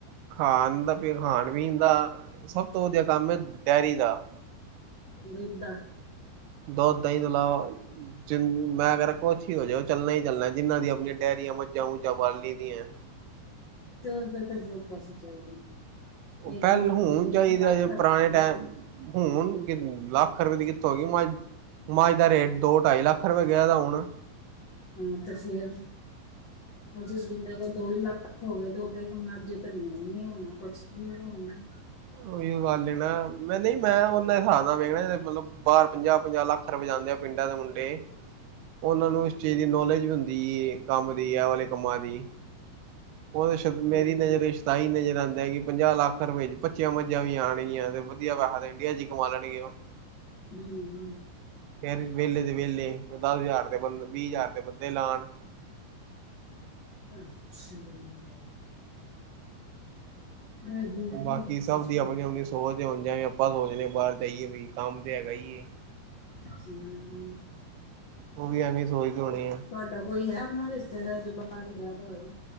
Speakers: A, on the right; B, on the left.
A: ਖਾਣ ਦਾ, ਪੇ ਖਾਣ-ਪੀਣ ਦਾ ਸਭ ਤੋਂ ਵਧੀਆ ਕੰਮ ਏ ਡੈਰੀ ਦਾ।
B: ਦੁੱਧ ਦਾ
A: ਦੋਧ, ਦਹੀਂ ਤੋਂ ਅਲਾਵਾ ਜਿੰਣ ਮੈਂ ਕੈਰਾ ਕੁਛ ਹੀ ਹੋ ਜੇ ਓਹ ਚੱਲਣਾ ਈ ਚੱਲਣੈ। ਜਿੰਨਾ ਦੀ ਅਪ ਹੁਣੇ ਡੈਰੀਆਂ ਮੱਝਾਂ-ਮੁੱਝਾਂ ਬਾਲ ਲੀ ਦੀਐ।
B: ਤੇ ਓਹਦੇ ਤੇ ਬੌਤ ਪੈਸੇ ਚਾਹੀਦੇ ਨੇ।
A: ਓਹ
B: ਇੱਕ
A: ਪੈਲ
B: ਮਰਜ਼ੇ
A: ਹੁਣ
B: ਕੇ
A: ਚਾਹੀਦੈ
B: ਇੱਕ ਲੱਖ
A: ਜੇ ਪੁਰਾਣੇ
B: ਰੁਪਏ
A: ਟੈਮ
B: ਦੀ
A: ਹੁਣ ਕਿ ਲੱਖ ਰੁਪਏ ਦੀ ਕਿਥੋ ਹੋਗੀ ਮਾਝ ਮੱਝ ਦਾ ਰੇਟ ਦੋ-ਢਾਈ ਲੱਖ ਰੁਪਏ ਗਿਆ ਦੈ ਹੁਣ।
B: ਹਾਂ ਤੇ ਫੇਰ ਓਹ ਜਿਸ ਬੰਦੇ ਕੋਲ ਦੋ ਤਿੰਨ ਲੱਖ ਹੋਵੇ ਤੇ ਓਹ ਦੇ ਕਮ ਨਾ ਜੇਤ ਨੀ ਹੋਣੀ ਨੀ ਹੋਣਾ ਕੋਛ ਨੀ ਹੋਣਾ
A: ਓਈਓ ਗੱਲ ਈ ਨਾ, ਮੈਂ ਨਹੀਂ ਮੈਂ ਓਹਨਾ ਸਾਬ ਨਾਲ ਵੇਖਣਾ ਚਾਈਦੈ ਮਤਲਬ ਬਾਰ ਪੰਜਾਹ-ਪੰਜਾਹ ਲੱਖ ਟਰ ਵਜਾਦੇ ਆਂ ਪਿੰਡਾਂ ਦੇ ਮੁੰਡੇ। ਓਹਨਾਂ ਨੂੰ ਇਸ ਚੀਜ਼ ਦੀ ਨੌਲੇਜ ਵੀ ਹੁੰਦੀ ਏ ਕੰਮ ਦੀ ਆ ਵਾਲੇ ਕੰਮਾਂ ਦੀ ਓਹਦੇ ਸ਼ਬਦ ਮੇਰੀ ਨਜ਼ਰ ਏਸ਼ ਤਾਂ ਈ ਨਜ਼ਰ ਆਂਦੈ ਕਿ ਪੰਜਾਹ ਲੱਖ ਰੁਪਏ ਏਚ ਪੱਚੀਆਂ ਮੱਝਾਂ ਵੀ ਆਣਗੀਆਂ ਤੇ ਵਧੀਆ ਪੈਹਾ ਤੇ ਇੰਡੀਆ ਚ ਈ ਕਮਾ ਲੈਣਗੇ ਓਹ। <inaudible>
B: ਭੀਮ
A: ਫੇਰ ਵੇਹਲੇ ਦੇ ਵੇਹਲੇ ਦਸ ਹਜ਼ਾਰ ਦੇ ਬੰ ਵੀਹ ਹਜ਼ਾਰ ਦੇ ਬੰਦੇ ਲਾਣ।
B: ਅੱਛਾ। ਹ ਜੇ ਨੇ
A: ਬਾਕੀ ਸਭ
B: ਸਿਸਟਮ
A: ਦੀ ਆਪਣੀ ਆਪਣੀ ਸੋਚ ਦੇ ਹੁੰਦੇਆ ਵੀ ਅਪਾਂ ਸੋਚਣੇ ਆ ਬਾਰ ਜਾਈਏ ਵਈ ਕੰਮ ਤੇ ਹੈਗਾ ਹੀਏ।
B: ਹੂੰ।
A: ਓਹ ਵੀ ਐਵੇਂ ਈ ਸੋਚਦੇ ਹੋਣੇ ਐ।
B: ਤੁਆਡਾ ਕੋਈ ਹੈ ਆਪਣਾ ਰਿਸ਼ਤੇਦਾਰ ਜੋ ਬਾਰ ਗਿਆ ਦਾ ਹੋਏ?